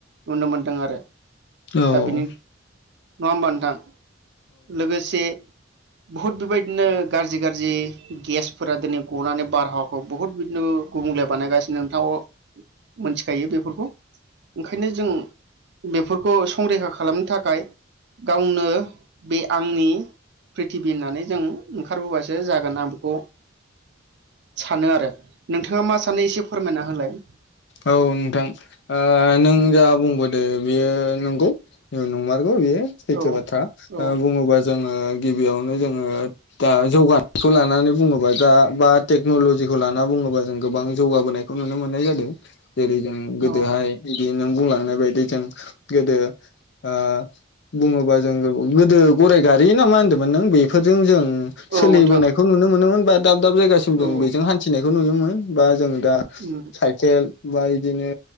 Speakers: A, on the right; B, on the left.
A: नुनो मोनदों आरो।
B: औ
A: दा
B: औ।
A: बेनि नङा होमबा नोंथां? लोगोसे बुहुत बेबायदिनो गाज्रि गाज्रि गेसफोरा दिनै गनानै बारहावाखौ बुहुत बिदिनो गुबुंले बानायगासिनो नोंथांखौ मोनथिखायो बेफोरखौ ओंखायनो जों बेफोरखौ संरैखा खालामनो थाखाय गावनो बे आंनि प्रिथिबि होननानै जों ओंखारबोबासो जागोन आं बेखौ सानो आरो नोंथाङा मा सानो एसे फोरमायना होलाय ।
B: औ नोंथां। ओ नों जा बुंबोदो बेयो नंगौ। नङमार नोंगौ बेयो सैथो
A: औ
B: बाथ्रा
A: औ
B: ओ बुङोबा जोङो गिबियावनो जोङो दा जौगानायखौ लानानै बुङोबा दा बा टेक्न'लजिखौ लाना बुङोबा जों गोबां जौगाबोनायखौ नुनो मोननाय जादों। जेरै- जों गोदोहाय
A: औ
B: बिदि नों बुंलांनाय बायदि जों गोदो ओ बुङोबा जों गोदो गराइ गारि ना मा होन्दोंमोन नों बेफोरजों जों
A: औ
B: सोलिबोनायखौ
A: नोंथां
B: नुनो मोनोमोन बा दाब दाब जायगासिम जों
A: औ
B: बेजों हान्थिनायखौ नुयोमोन बा जों दा
A: औ
B: साइकेल बा इदिनो